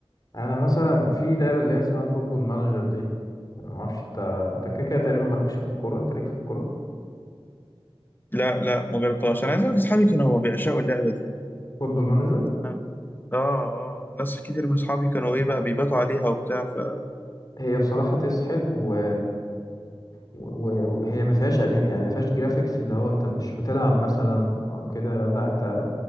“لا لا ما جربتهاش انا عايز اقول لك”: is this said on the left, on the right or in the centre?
Left